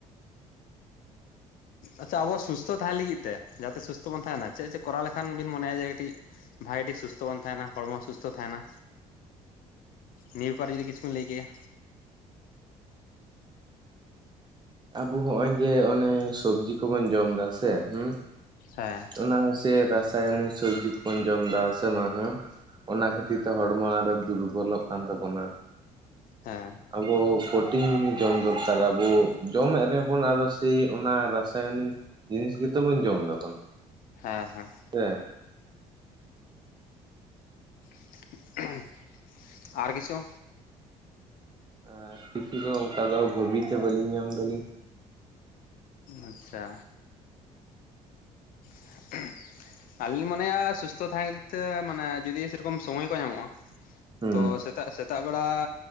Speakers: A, on the left; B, on the right.
A: ᱟᱪᱪᱷᱟ ᱟᱵᱚ ᱥᱩᱥᱛᱷᱚ ᱛᱟᱦᱮᱸ ᱞᱟᱹᱜᱤᱫ ᱛᱮ ᱡᱟᱛᱮ ᱥᱩᱥᱛᱷᱚ ᱵᱚᱱ ᱛᱟᱦᱮᱱᱟ ᱪᱮᱫ ᱪᱮᱫ ᱠᱚᱨᱟᱣ ᱞᱮᱠᱷᱟᱱ ᱵᱤᱱ ᱢᱚᱱᱮᱭᱟ ᱡᱮ ᱠᱟᱹᱴᱤᱡ ᱵᱷᱟᱜᱮ ᱴᱷᱤᱠ ᱥᱩᱥᱛᱷᱚ ᱵᱚᱱ ᱛᱟᱦᱮᱱᱟ ᱦᱚᱲᱢᱚ ᱥᱩᱥᱛᱷᱚ ᱛᱟᱦᱮᱱᱟ ᱱᱤᱭᱟ. ᱯᱟᱨ ᱡᱩᱫᱤ ᱠᱤᱪᱷᱩ ᱵᱤᱱ ᱞᱟᱹᱭ ᱠᱮᱭᱟ
B: ᱟᱵᱚ ᱦᱚᱸᱜᱼᱚᱭ ᱡᱮ ᱚᱱᱮ ᱥᱚᱵᱡᱤ ᱠᱚᱵᱚᱱ ᱡᱚᱢᱫᱟ ᱥᱮ ᱦᱩᱸ
A: ᱦᱮᱸ
B: ᱚᱱᱟ ᱦᱚᱸᱥᱮ ᱨᱟᱥᱟᱭᱚᱱᱤᱠ ᱥᱚᱵᱽᱡᱤ ᱠᱚᱵᱚᱱ ᱡᱚᱢᱫᱟ ᱥᱮ ᱚᱱᱟ ᱦᱚᱸ ᱚᱱᱟ ᱠᱷᱟᱹᱛᱤᱨ ᱛᱮ ᱦᱚᱲᱢᱚ ᱟᱨᱚ ᱫᱩᱨᱵᱚᱞᱚᱜ ᱠᱟᱱ ᱛᱟᱵᱚᱱᱟ
A: ᱦᱮᱸ
B: ᱟᱵᱚ ᱯᱷᱚᱴ ᱴᱤᱱ ᱡᱤᱱᱤᱥ ᱡᱚᱢ ᱫᱚᱨᱠᱟᱨᱟ ᱟᱵᱚ ᱡᱚᱢᱮᱫ ᱨᱮᱦᱚᱸ ᱵᱚᱱ ᱟᱫᱚ ᱥᱮᱭ ᱚᱱᱟ ᱨᱟᱥᱟᱭᱚᱱᱤᱠ ᱡᱤᱱᱤᱥ ᱜᱮᱛᱚ ᱵᱚᱱ ᱡᱚᱢ ᱮᱫᱟᱵᱚᱱ
A: ᱦᱮᱸ ᱦᱮᱸ
B: ᱪᱮᱫ
A: <unintelligible> ᱟᱨ ᱠᱤᱪᱷᱩ
B: ᱟᱨ ᱠᱤᱪᱷᱩ ᱫᱚ ᱚᱱᱠᱟ ᱫᱚ ᱵᱷᱟᱹᱵᱤ ᱛᱮ ᱵᱟᱹᱞᱤᱧ ᱧᱟᱢ ᱫᱟᱞᱤᱧ
A: ᱟᱪᱪᱷᱟ <unintelligible> ᱟᱹᱞᱤᱧ ᱢᱚᱱᱮᱭᱟ ᱥᱩᱥᱛᱷᱚ ᱛᱟᱦᱮᱸ ᱠᱟᱛᱤᱨ ᱛᱮ ᱢᱟᱱᱮ ᱡᱩᱫᱤ ᱥᱮᱨᱚᱠᱚᱢ ᱥᱚᱢᱚᱭ ᱠᱚ ᱧᱟᱢᱚᱜᱼᱟ
B: ᱦᱩᱸ
A: ᱛᱚ ᱥᱮ ᱥᱮᱛᱟᱜ ᱥᱮᱛᱟᱜ ᱵᱮᱲᱟ